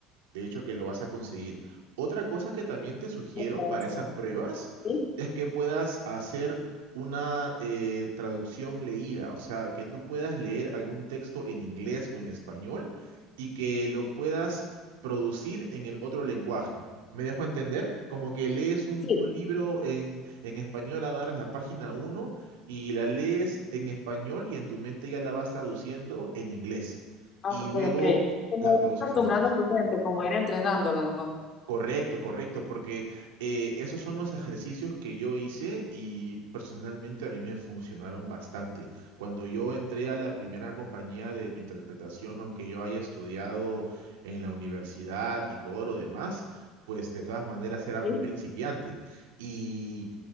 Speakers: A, on the right (about 85°); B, on the left (about 45°).
A: de hecho, que lo vas a conseguir. Otra cosa que también te sugiero
B: puede
A: para esas
B: ser.
A: pruebas
B: Sí,
A: es que puedas hacer una eh, traducción leída, o sea, que tú puedas leer algún texto en inglés o en español y que lo puedas producir en el otro lenguaje. ¿Me dejo entender? Como que lees un,
B: sí,
A: un libro en, en español, agarras la página uno y la lees en español y en tu mente ya la vas traduciendo en inglés.
B: ah,
A: Y
B: ok,
A: luego
B: ok. Como
A: la
B: ir
A: produces
B: acostumbrando
A: en inglés.
B: tu mente, como ir entrenándola, ¿no?
A: Correcto, correcto, porque eh, esos son los ejercicios que yo hice y personalmente a mí me funcionaron bastante. Cuando yo entré a la primera compañía de interpretación, aunque yo haya estudiado en la universidad y todo lo demás, pues de todas maneras era
B: Sí.
A: un principiante y